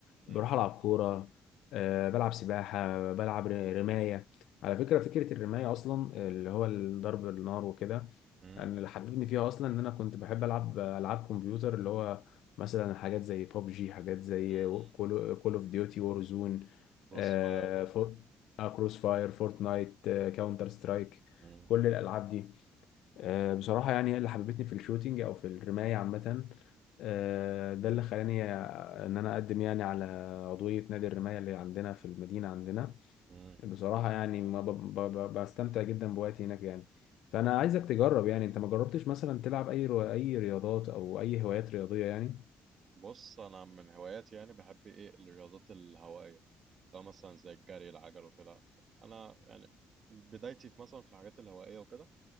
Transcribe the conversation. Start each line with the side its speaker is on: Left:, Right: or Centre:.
Right: مم،
Left: بروح العب كوره آه، بلعب سباحه بلعب ر- رمايه على فكره فكره الرمايه اصلا اللي هو ضرب النار وكده
Right: مم،
Left: يعني اللي حببني فيها اصلا ان انا كنت بحب العب العاب كمبيوتر اللي هو مثلا حاجات زي ببجي حاجات زي
Right: مم.
Left: كول اوف ديوتي وورزون
Right: كروس
Left: آه
Right: فاير و-
Left: فور آه كروس فاير فورتنايت آه كاونتر سترايك
Right: مم،
Left: كل الالعاب دي آه بصراحه يعني هي اللي حببتني في الشوتينج او في الرمايه عامه آه ده اللي خلاني ان انا اقدم يعني على عضويه نادي الرمايه اللي عندنا في المدينه عندنا
Right: مم.
Left: بصراحة يعني ما ب... ب... ب... بستمتع جدا بوقتي هناك يعني فأنا عايزك تجرب يعني أنت ما جربتش مثلا تلعب أي رو... أي رياضات أو أي هوايات رياضية يعني
Right: بص انا من هواياتي يعني بحب ايه الرياضات الهوائية لو مثلا زي الجري العجل وكده انا يعني بدايتي في مثلا في الحاجات الهوائية وكده